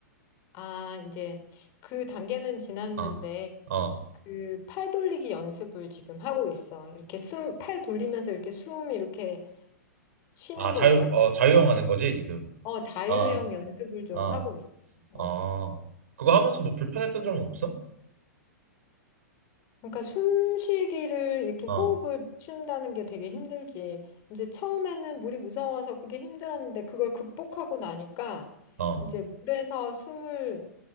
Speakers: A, on the left; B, on the right.
A: 아, 이제 그 단계는 지났는데
B: 아, 어.
A: 그 팔 돌리기 연습을 지금 하고 있어. 이렇게 숨, 팔 돌리면서 이렇게 숨 이렇게 쉬는
B: 아, 자유,
A: 거 있잖아.
B: 어, 자유형 하는 거지 지금?
A: 어, 자유형
B: 어,
A: 연습을 좀
B: 어,
A: 하고 있어. 어.
B: 어, 그거 하면서 뭐 불편했던 점은 없어?
A: 그러니까 숨쉬기를 이렇게
B: 어,
A: 호흡을 맞춘다는 게 되게 힘들지. 이제 처음에는 물이 무서워서 그게 힘들었는데 그걸 극복하고 나니까
B: 어,
A: 이제 물에서 숨을